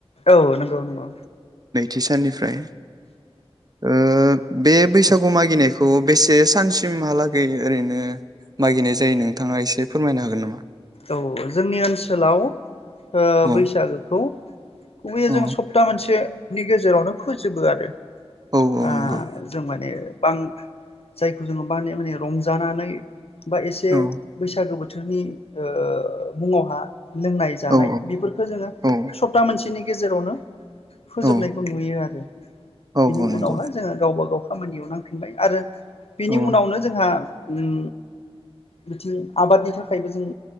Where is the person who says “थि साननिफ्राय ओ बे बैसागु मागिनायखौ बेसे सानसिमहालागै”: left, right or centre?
Right